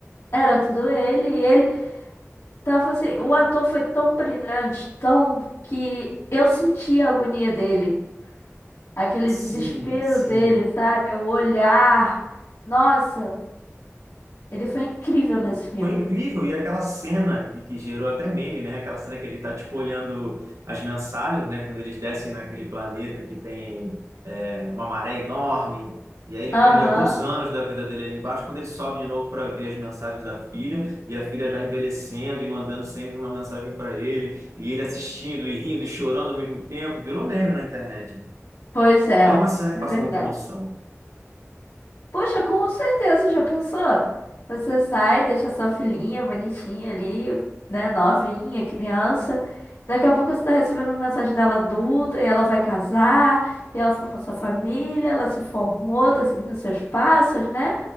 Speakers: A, on the left; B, on the right.
A: era tudo ele, e ele tava assim, o ator foi tão brilhante, tão que eu senti a agonia dele. Aquele
B: Sim,
A: desespero
B: sim.
A: dele, sabe? O olhar. Nossa, ele foi incrível nesse filme.
B: Foi incrível, e aquela cena que, que gerou até meme, né? Aquela cena que ele tá, tipo, olhando as mensagens, né? Quando eles descem naquele planeta que tem é, uma maré enorme, e aí ele
A: Aham,
B: perde alguns anos da vida dele ali embaixo, quando ele sobe de novo para ver as mensagens da filha, e a filha já envelhecendo e mandando sempre uma mensagem para ele, e ele assistindo e rindo e chorando ao mesmo tempo, virou meme na internet.
A: pois é,
B: É uma cena
A: é
B: que passa
A: verdade.
B: muita emoção.
A: Poxa, com certeza, já pensou? Você sai, deixa sua filhinha bonitinha ali, né? Novinha, criança. Daqui a pouco você tá recebendo uma mensagem dela adulta e ela vai casar, e ela formou sua família, ela se formou, tá seguindo seus passos, né?